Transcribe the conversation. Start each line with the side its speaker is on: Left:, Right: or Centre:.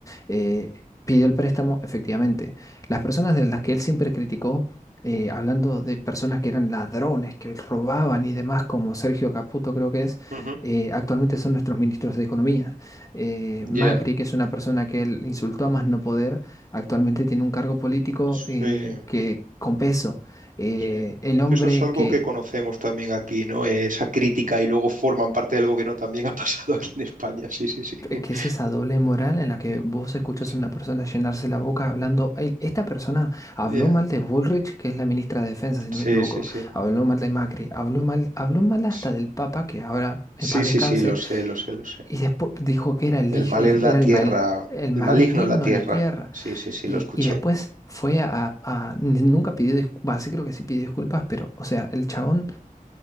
Left: Eh, pidió el préstamo efectivamente. Las personas de las que él siempre criticó, eh, hablando de personas que eran ladrones, que robaban y demás, como Sergio Caputo creo que es,
Right: mm, ujú.
Left: eh, actualmente son nuestros ministros de Economía. Eh, Macri,
Right: Ya.
Left: que es una persona que él insultó a más no poder, actualmente tiene un cargo político
Right: Sí.
Left: eh, que, con peso. Eh,
Right: Sí.
Left: el hombre
Right: Sí, Eso es algo
Left: que,
Right: que conocemos también aquí, ¿no? Eh, Esa crítica y luego forman parte del gobierno también ha <laughs> pasado aquí en España. Sí, sí, sí. <laughs>
Left: que es esa doble moral en la que vos escuchás
Right: Sí.
Left: a una persona llenarse la boca hablando. él- esta persona habló
Right: Ya,
Left: mal de Bullrich, que es la ministra de Defensa, si
Right: Sí,
Left: no me equivoco.
Right: sí, sí.
Left: Habló mal de Macri, habló mal, habló mal hasta
Right: S-
Left: del Papa, que ahora en
Right: Sí,
Left: paz
Right: sí,
Left: descanse
Right: sí, lo sé, lo sé, lo sé.
Left: Y después dijo que era el,
Right: El
Left: lig-
Right: mal
Left: el-
Right: en la
Left: era
Right: tierra,
Left: el mal, el maligno
Right: el maligno en la tierra.
Left: en la tierra.
Right: Sí, sí, sí,
Left: Y,
Right: lo escuché.
Left: y después fue a, a- ni- Nunca pidió disculpas. Sí, creo que sí pidió disculpas, pero, o sea, el chabón,